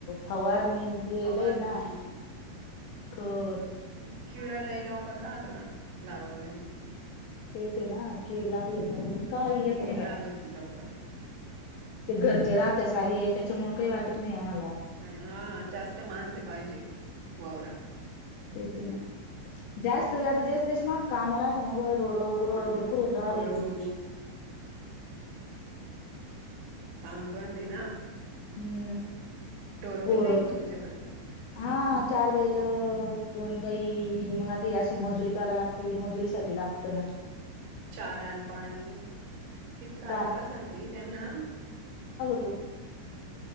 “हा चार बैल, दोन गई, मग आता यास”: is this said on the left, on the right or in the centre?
Left